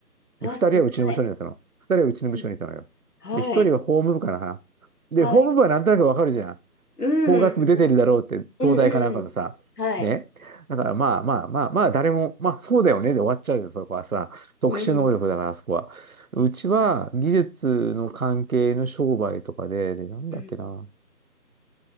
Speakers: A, on the left; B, on the right.
A: あ、
B: で、2人はうちの部署にいたの。
A: 少ない。
B: 2人はうちの部署にいたのよ。
A: うん、はい、
B: で、1人は法務部かな。で、
A: はい。
B: 法務部はなんとなくわかるじゃん。
A: うん、
B: 法学部出てるだろうって、
A: うん、うん、
B: 東大かなんかのさ、
A: うん。はい。
B: ね。だからまあまあまあまあ、誰も、まあそうだよねで終わっちゃうよ、そこはさ。特殊能力だから、
A: うん、
B: そこは。うちは技術の関係の商売とかで、で、なんだっけな。
A: うん。